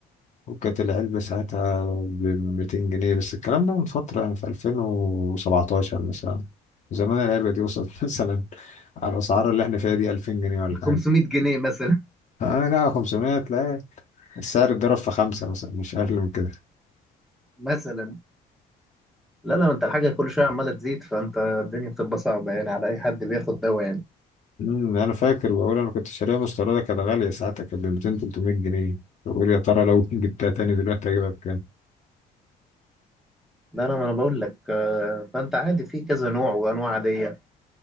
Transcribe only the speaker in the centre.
500
جنيه مثلا
مثلا لا لا ما انت الحاجه كل شويه عماله تزيد فانت الدنيا بتبقى صعبه يعني على اي حد بياخد دواء يعني
لا لا ما انا بقول لك آه، فانت عادي في كذا نوع وانواع عاديه